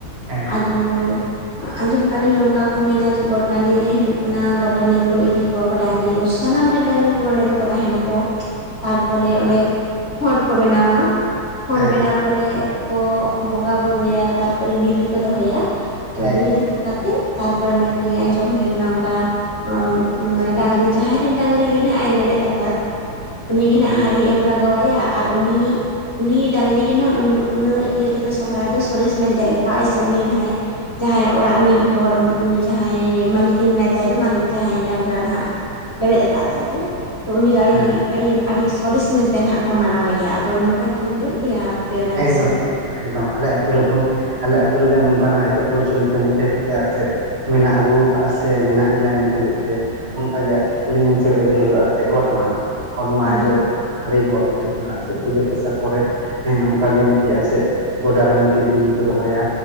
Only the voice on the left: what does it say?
ᱟᱫᱚ ᱟᱸᱡᱚᱢ ᱠᱷᱟᱹᱞᱤ ᱱᱚᱝᱠᱟ ᱠᱚ ᱢᱮᱱᱟ ᱡᱮ ᱜᱚᱴ ᱴᱟᱺᱰᱤ ᱨᱮ ᱦᱩᱭᱩᱜ ᱠᱟᱱᱟ ᱜᱚᱴ ᱴᱟᱺᱰᱤ ᱨᱮᱠᱚ ᱤᱫᱤ ᱠᱚᱣᱟ ᱠᱚ ᱰᱟᱹᱝᱨᱤ ᱠᱚ ᱥᱟᱱᱟᱢ ᱨᱮᱱ ᱰᱟᱹᱝᱨᱤ ᱠᱚ ᱚᱸᱰᱮ ᱫᱚᱠᱚ ᱛᱟᱦᱮᱸᱱᱟᱠᱚ
ᱛᱟᱨᱯᱚᱨᱮ ᱚᱸᱰᱮ ᱠᱷᱚᱸᱴ ᱠᱚ ᱵᱮᱱᱟᱣᱟ ᱠᱷᱚᱸᱴ
ᱵᱮᱱᱟᱣ ᱯᱚᱨᱮ ᱠᱚ ᱵᱚᱸᱜᱟ ᱵᱩᱨᱩᱭᱟ ᱛᱟᱨᱯᱚᱨᱮ ᱵᱤᱞᱤ ᱠᱚ ᱫᱚᱦᱚᱭᱟ
ᱛᱚ ᱵᱤᱞᱤ
ᱫᱚᱦᱚ ᱠᱟᱛ ᱛᱮᱜ ᱛᱟᱨᱯᱚᱨᱮ ᱱᱟᱠᱤ ᱟᱸᱡᱚᱢ ᱦᱩᱭ ᱠᱟᱱᱟ ᱚᱱᱠᱟ ᱚᱻ ᱢᱟᱱᱮ ᱰᱟᱹᱝᱨᱤ ᱡᱟᱦᱟᱸᱭ ᱨᱮᱱ ᱰᱟᱹᱝᱨᱤ ᱜᱮ ᱱᱟᱦᱟᱸᱜ ᱮ ᱞᱮᱵᱮᱫ ᱟᱠᱟᱫ ᱩᱱᱤᱜᱮ ᱦᱟᱸᱜ
ᱦᱟᱺᱲᱤ ᱮᱢ ᱞᱟᱜᱟᱣ ᱟᱭᱟ ᱟᱨ ᱩᱱᱤ ᱩᱱᱤ ᱰᱟᱹᱝᱨᱤ ᱜᱮ ᱱᱟᱦᱟᱸᱜ ᱩᱱᱟᱹᱜ ᱤᱭᱟᱹ ᱨᱮᱫᱚ ᱥᱚᱦᱚᱨᱟᱭ ᱨᱮᱫᱚ ᱥᱚᱨᱮᱥ ᱢᱮᱱᱛᱮ ᱞᱮᱠᱷᱟ ᱟᱭ ᱥᱮ ᱩᱱᱤ ᱡᱟᱦᱟᱸᱭ ᱡᱟᱦᱟᱸᱭ ᱚᱲᱟᱜ ᱨᱤᱱᱤᱡ ᱦᱚᱲ ᱩᱱᱤ ᱡᱟᱦᱟᱸᱭ ᱢᱟᱹᱞᱤᱠᱤᱱ ᱢᱮᱱᱟᱭ ᱛᱟᱭ ᱫᱚ ᱢᱟᱹᱞᱤᱠ ᱡᱟᱦᱟᱸᱭ ᱰᱟᱹᱝᱨᱟ ᱱᱟᱦᱟᱸᱜ ᱞᱮᱵᱮᱫ ᱟᱠᱟᱫ ᱛᱟᱭ ᱫᱚᱭ ᱛᱚ ᱩᱱᱤ ᱫᱚ ᱟᱹᱰᱤ
ᱟᱹᱰᱤ ᱟᱹᱰᱤ ᱥᱚᱨᱮᱥ ᱢᱮᱱᱛᱮ ᱱᱟᱦᱟᱸᱜ ᱠᱚ ᱢᱟᱱᱟᱣᱮᱭᱟ ᱟᱫᱚ ᱱᱚᱝᱠᱟ ᱠᱤ ᱦᱩᱭᱩᱜ ᱜᱮᱭᱟ? ᱚᱱᱟ
ᱫᱤᱥᱚᱢ ᱨᱮ
ᱦᱩᱸ